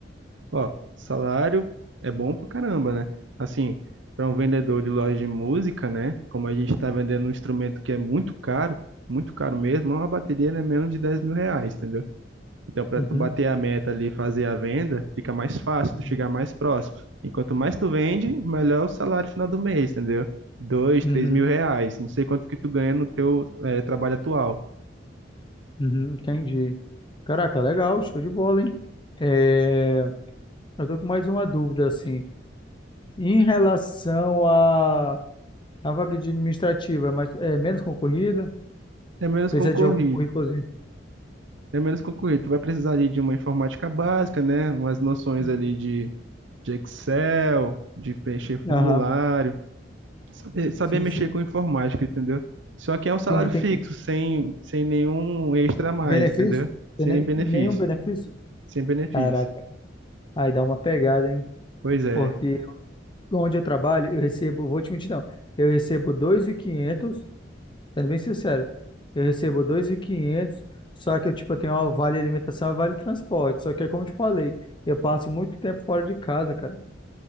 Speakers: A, on the right; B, on the left.
A: Ó, salário é bom pra caramba, né? Assim, para um vendedor de loja de música, né? Como a gente está vendendo um instrumento que é muito caro, muito caro mesmo, uma bateria é menos de 10 mil reais, entendeu? Então, para
B: Uhum.
A: tu bater a meta ali e fazer a venda, fica mais fácil, tu
B: Uhum.
A: chegar mais próximo. Enquanto mais tu vende, melhor o salário final do mês, entendeu? Dois,
B: Uhum,
A: três mil reais. Não sei quanto que tu ganha no teu eh, trabalho atual.
B: uhum, entendi. Caraca, legal, show de bola, hein? É, eu tô com mais uma dúvida, assim. Em relação à à vaga de administrativa, é, mais, é menos concorrida?
A: É menos
B: Precisa
A: concorrido.
B: de algum currículozinho?
A: É menos concorrido. Tu vai precisar ali de uma informática básica, né? Umas noções
B: Hum.
A: ali de, de Excel, de preencher formulário,
B: Aham,
A: saber, saber
B: sim,
A: mexer
B: sim,
A: com informática, entendeu? Só que é um salário
B: sim, entendi.
A: fixo, sem, sem nenhum extra a mais,
B: Benefício?
A: entendeu? Sem
B: Tem nem,
A: nem benefício.
B: nenhum benefício?
A: Sem benefício.
B: Caraca, aí dá uma pegada, hein?
A: Pois é,
B: Porque onde eu trabalho, eu recebo, vou te mentir, não, eu recebo dois mil e quinhentos Sendo bem sincero, eu recebo dois mil e quinhentos só que eu, tipo, eu tenho ó, vale alimentação e vale transporte. Só que é como eu te falei, eu passo muito tempo fora de casa, cara.